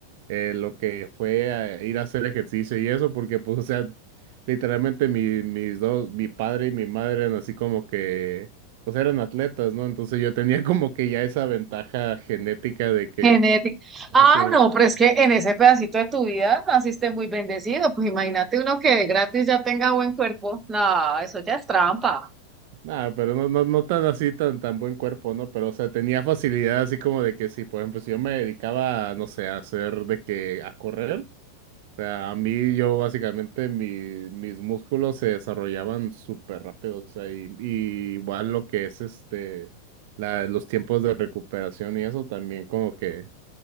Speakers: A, on the right; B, on the right.
A: eh, lo que fue a ir a hacer ejercicio y eso, porque pues, o sea, literalmente mi, mis dos, mi padre y mi madre eran así como que, pues eran atletas, ¿no? Entonces yo tenía como que ya esa ventaja genética de que,
B: genética. Ah,
A: sí.
B: no, pero es que en ese pedacito de tu vida naciste muy bendecido, pues imagínate uno que de gratis ya tenga buen cuerpo, no, eso ya es trampa.
A: Nada, pero no, no, no tan así, tan, tan buen cuerpo, ¿no? Pero, o sea, tenía facilidad así como de que si, por ejemplo, si yo me dedicaba, no sé, a hacer de que, a correr, o sea, a mí yo básicamente mi- mis músculos se desarrollaban súper rápido, o sea, y, y igual lo que es este, la, los tiempos de recuperación y eso también como que...